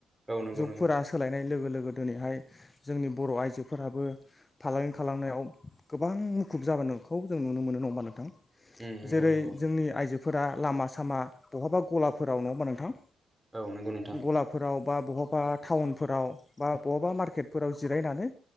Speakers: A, on the right; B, on the left.
A: औ नंगौ
B: जुगफोरा
A: नंगौ
B: सोलायनाय लोगो लोगो दिनैहाय जोंनि बर' आइजोफोराबो फालांगि खालामनायाव गोबां मुखुब जाबोनो खौ जों नुनो मोनो नङा होनबा नोंथां
A: उम नंगौ
B: जेरै
A: नंगौ
B: जोंनि आइजोफोरा लामा सामा बहाबा गलाफोराव नङा मा होनबा नोंथां?
A: औ नंगौ नोंथां
B: गलाफोराव बा बहबा टाउनफोराव बा बहाबा मार्केटफोराव जिरायनानै